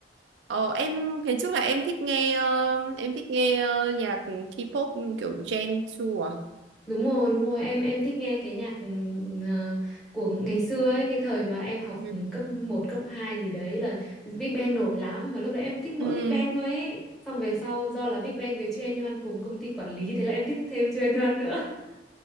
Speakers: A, on the right; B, in the centre.
A: ờ, em ngày trước là em thích nghe ờ, em thích nghe ờ, nhạc K-pop kiểu Gen 2 à?
B: Đúng rồi, đúng rồi, em em thích nghe cái nhạc ừ, ờ, của ngày xưa ấy, cái thời mà em học
A: Ừ.
B: cấp một cấp 2 gì đấy là Big Bang nổi lắm mà lúc đấy em thích mỗi
A: Ừ.
B: Big Bang thôi ấy. Xong về sau do là Big Bang với chuyên Yuan cùng công ty quản lý thế là em thích thêm chuyên Yuan nữa. <laughs>